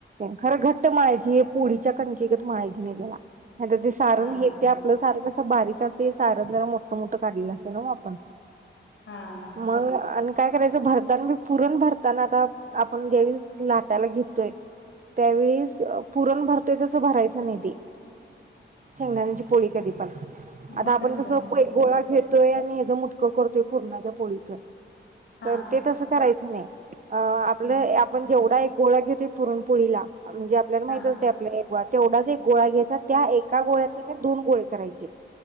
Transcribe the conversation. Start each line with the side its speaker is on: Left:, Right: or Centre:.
Right: खरं, घट्ट मळायच हे पोळीच्या कणकीगत मळायची नाही त्याला नाहीतर ते तारण
Left: हा
Right: हे ते आपलं सारण कस बारीक असते हे. सारण जरा मोठ मोठं काढलेलं असतं ना आपण.
Left: हा.
Right: मग आणि काय करायचं, भरतान मी पुरण भरताना आता आपण ज्यावेळीस लाटायला घेतोय. त्यावेस पुरण भरतोय तसं भरायचं नाही ते, शेंगदाण्याची पोळी कधी पण. आता
Left: मग
Right: आपण
Left: भरायचं
Right: कसं, एक गोळा घेत य आणि हेचं मुटकं करतोय पूर्णाच्या पोळीचं
Left: हा
Right: तर ते तसं करायचं नाही. अ आपलं
Left: हम्म
Right: आपण जेवढा एक गोळा घेतोय पुरणपोळीला, म्हणजे आपल्याला माहित
Left: हा
Right: अस <unintelligible> तेवढाच एक गोळा घ्यायचा, त्या एका गोळ्यात की नाही दोन गोळे करायचे.